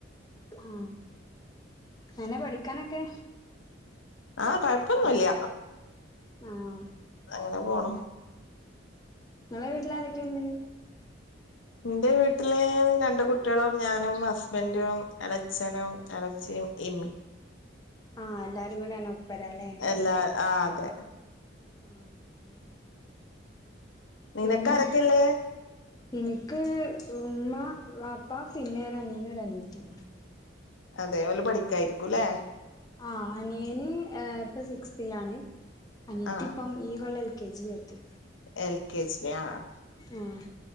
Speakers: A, on the left; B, on the left.
A: ആ! എങ്ങനെ പഠിക്കാനൊക്കെ?
B: ആഹ്! കൊഴപ്പൊന്നുല്ല.
A: ആഹ്!
B: അങ്ങനെ പോണം!
A: ഇങ്ങളെ വീട്ടിലാരൊക്കെയുണ്ട്?
B: ന്റെ വീട്ടില് രണ്ട് കുട്ടിയളും ഞാനും ഹസ്ബൻറും എളച്ഛനും എളച്ചി ഇമ്മീം
A: ആഹ് എല്ലാരും കൂടെയാണ് ഒപ്പരല്ലേ
B: എല്ലാ ആ! അതെ!
A: ആഹ്!
B: നിനക്ക്
A: പിന്നെ?
B: ആരൊക്കെല്ലേ
A: ഇനിക്ക് ഉമ്മ വാപ്പ പിന്നെ ഒരു അനിയനും ഒരനിയത്തിം.
B: അതെ ഓല് പഠിക്കായിരിക്കൂല്ലേ?
A: ആഹ്! അനിയന് ഇപ്പൊ സിക്സ് തിൽ ആണ്. അനീത്തി
B: ആഹ്
A: ഇപ്പം ഈ കൊല്ലം എ കെ ജി ചേർത്തി.
B: L K G. ആഹ്
A: ആഹ്